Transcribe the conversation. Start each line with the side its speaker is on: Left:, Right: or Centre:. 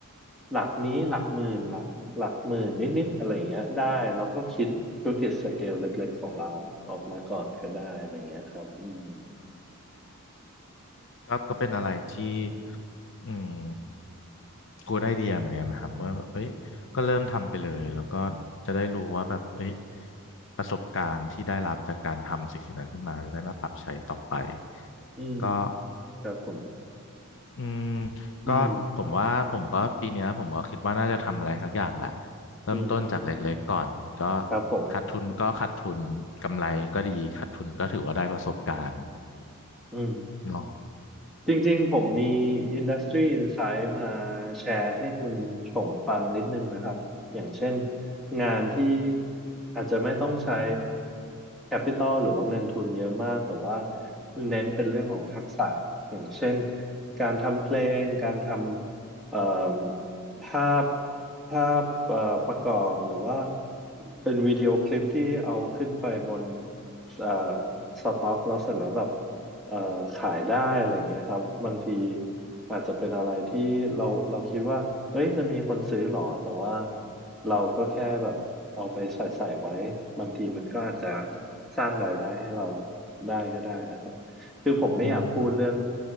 Centre: หลักนี้หลักหมื่นหลักหลักหมื่นนิดๆอะไรเงี้ยได้เราก็คิดธุรกิจสเกลเล็กๆของเราออกมาก่อนก็ได้อะไรเงี้ยครับอืม
Left: ก็ก็เป็นอะไรที่อืมกูได้ไอเดียเหมือนกันนะครับว่าแบบเอ้ยก็เริ่มทำไปเลยแล้วก็จะได้รู้ว่าแบบเอ้ยประสบการณ์ที่ได้รับจากการทำสิ่งสิ่งนั้นขึ้นมาจะได้มาปรับใช้ต่อไป
Centre: อืม
Left: ก็
Centre: ครับผม
Left: อืม
Centre: อืม
Left: ก็ผมว่าผมก็ปีเนี้ยผมก็คิดว่าน่าจะทำอะไรสักอย่างแหละเริ่มต้นจากเล็กๆก่อนก็
Centre: อืมครับผม
Left: ขาดทุนก็ขาดทุนกำไรก็ดีขาดทุนก็ถือว่าได้ประสบการณ์
Centre: อืม
Left: เนาะ
Centre: จริงๆผมมี Industry Insight มาแชร์ให้คุณชงฟังนิดนึงนะครับอย่างเช่นงานที่อาจจะไม่ต้องใช้ Capital หรือว่าเงินทุนเยอะมากแต่ว่าเน้นเป็นเรื่องของทักษะอย่างเช่นการทำเพลงการทำเอ่อภาพภาพเอ่อประกอบหรือว่าเป็นวิดีโอคลิปที่เอาขึ้นไปบนเอ่อสต็อกแล้วเสร็จแล้วแบบ เอ่อขายได้อะไรอย่างเงี้ยครับบางทีอาจจะเป็นอะไรที่เราเราคิดว่าเฮ้ยจะมีคนซื้อหรอแต่ว่าเราก็แค่แบบเอาไปใส่ใส่ไว้บางทีมันก็อาจจะสร้างรายได้ให้เราได้ก็ได้นะครับ คือผมไม่อยากพูดเรื่อง
Left: อืม